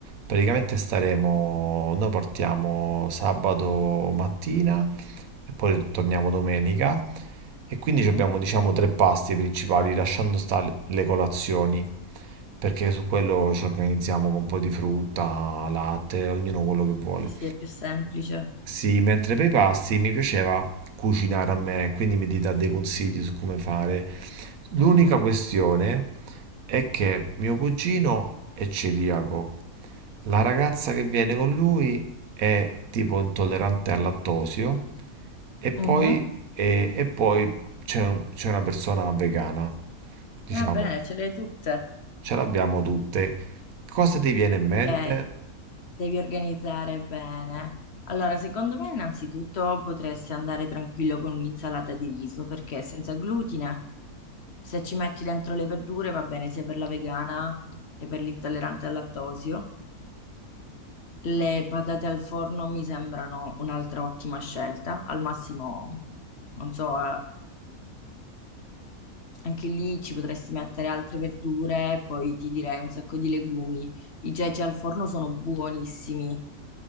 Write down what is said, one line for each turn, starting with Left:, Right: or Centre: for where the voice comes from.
Right: Praticamente staremo, noi partiamo sabato mattina e poi torniamo domenica. E quindi
Left: mhm.
Right: abbiamo diciamo tre pasti principali, lasciando stare le colazioni, perché su quello ci organizziamo con un po' di frutta, latte, ognuno quello che vuole.
Left: Eh sì, è più semplice.
Right: Sì, mentre per i pasti mi piaceva cucinare a me, quindi mi dà dei consigli su come fare. L'unica
Left: Mhm,
Right: questione è che mio cugino è celiaco la ragazza che viene
Left: Mm.
Right: con lui è tipo intollerante al lattosio e poi,
Left: mhm.
Right: e- e poi c'è un- c'è una persona vegana, diciamo,
Left: Ah, bene, ce le hai tutte.
Right: ce l'abbiamo tutte. Cosa ti viene in mente?
Left: Ok, devi organizzare bene. Allora, secondo me innanzitutto potresti andare tranquillo con un'insalata di riso perché è senza glutine. Se ci metti dentro le verdure va bene sia per la vegana che per l'intollerante al lattosio. Le patate al forno mi sembrano un'altra ottima scelta. Al massimo, non so, eh, anche lì ci potresti mettere altre verdure, poi ti direi un sacco di legumi. I ceci al forno sono buonissimi.